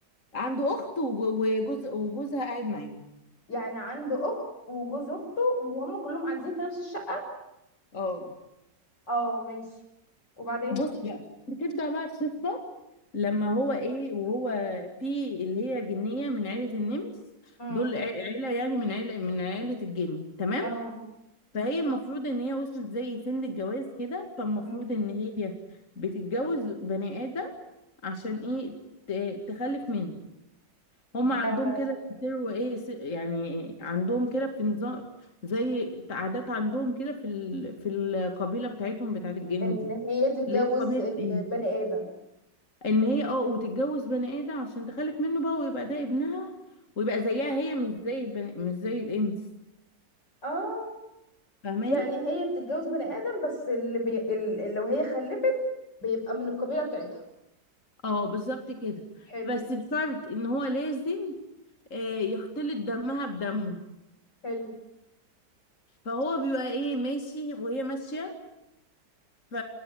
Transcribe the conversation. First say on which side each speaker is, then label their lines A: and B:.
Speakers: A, on the left (about 45°); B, on the left (about 85°).
A: عنده اخت وج- وجوز وجوزها قاعد معاهم
B: يعني عنده اخت وجوز اخته وهم كلهم قاعدين في نفس الشقة
A: اه
B: اه ماشي وبعدين
A: بص بقى بتبدأ بقى القصة لما هو ايه وهو في اللي هي جنية من عيلة النمس
B: امم
A: دول عي- عيلة يعني من عيلة من عيلة الجن تمام
B: اه
A: فهي المفروض ان هي وصلت زي سن الجواز كده فالمفروض
B: مم.
A: ان هي بتتجوز بني ادم عشان ايه ت- تخلف منه هم عندهم
B: آه،
A: كده بيسروا ايه س- يعني عندهم كده في نظام زي عادات عندهم كده في ال... في القبيله بتاعتهم بتاعت الجن
B: ان
A: دي
B: هي تتجوز
A: اللي هي قبيله
B: آه،
A: ايه
B: بني ادم
A: ان هي اه وتتجوز بني ادم عشان تخلف منه بقى ويبقى ده ابنها ويبقى زيها هي مش زي البني... مش زي الانس
B: اه
A: فاهماني
B: يعني هي بتتجوز بني ادم بس اللي, بي... اللي لو هي خلفت بيبقى من القبيله بتاعتها
A: اه بالظبط كده
B: حلو
A: بس بشرط ان هو لازم آه، يختلط دمها بدمه
B: حلو
A: فهو بيبقى ايه ماشي وهي ماشية ف...